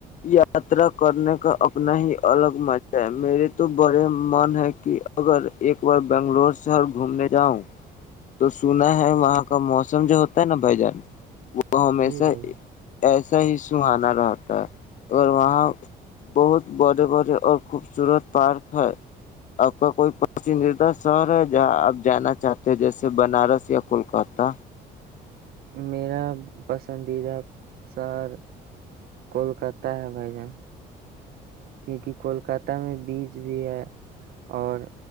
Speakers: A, on the left; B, on the right.
A: یا یاترا کرنے کا اپنا ہی الگ مزہ ہے میرے تو بڑے من ہے کہ اگر ایک بار بنگلور شہر گھومنے جاؤں تو سنا ہے وہاں کا موسم جو ہوتا ہے نا بھائی جان وہ ہمیشہ
B: بھائی جان۔
A: ایس صحیح سہانا رہتا ہے اور وہاں بہت بڑے بڑے اور خوبصورت پارک ہے آپ کا کوئی پسندیدہ شہر ہے جہاں آپ جانا چاہتے ہیں جیسے بنارس یا کولکاتہ
B: میرا پسندیدہ شہر کولکاتہ ہے بھائی جان کیونکہ کولکات میں بیچ بھی ہے اور